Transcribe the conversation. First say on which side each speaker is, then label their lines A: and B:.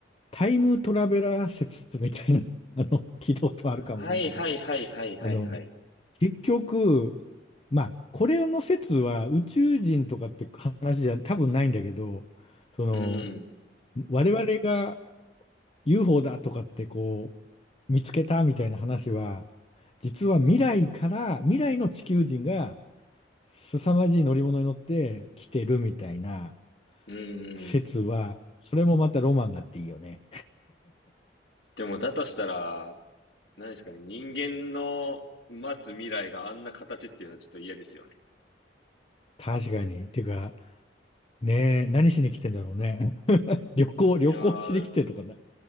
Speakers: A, on the left; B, on the left.
A: タイムトラベラー説みたいな、<laughs> あの、聞いたことあるかもしれないけど、
B: はいはいはいはいはいはい。
A: あの、結局、まあ、これの説は宇宙人とかって話じゃ多分ないんだけど、その、
B: うん。
A: 我々が UFO だとかってこう、見つけたみたいな話は、実は未来から、未来の地球人が凄まじい乗り物に乗って来てるみたいな
B: うんうん。
A: 説は、それもまたロマンがあっていいよね。
B: でもだとしたら、何ですかね、人間の待つ未来があんな形っていうのはちょっと嫌ですよね。
A: 確かに。てか、ねえ、何しに来てんだろうね。<laughs> 旅行、旅行しに来てとかな。
B: いやー、